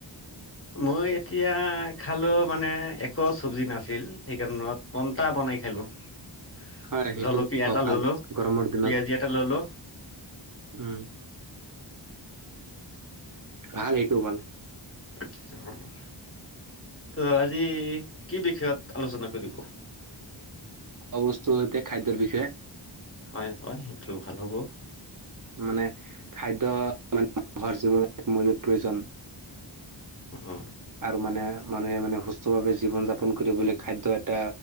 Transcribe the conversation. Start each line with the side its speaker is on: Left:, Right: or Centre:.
Left: মই এতিয়া খালো মানে একো চবজি নাছিল, সেইকাৰণত পন্তা বনাই খালো। <unintelligible>
Right: হয় সেইটো
Left: জলকীয়া
Right: খোৱা
Left: এটা
Right: ভাল
Left: ললো
Right: গৰমৰ দিনত।
Left: পিয়াজি এটা ললো
Right: উম, ভাল এইটো ভাল।
Left: <unintelligible> ত' আজি কি বিষয়ত আলোচনা কৰিব।
Right: খোৱাবস্ত হৈছে খাদ্যৰ বিষয়ে।
Left: হয়, হয় সেইটো ভাল হ'ব।
Right: মানে খাদ্য মানে ঘৰ জীৱন এক মূল্য। প্ৰয়োজন
Left: অ
Right: আৰু মানে মানুহে মানে সুস্থ ভাৱে জীৱন যাপন কৰিবলৈ খাদ্য এটা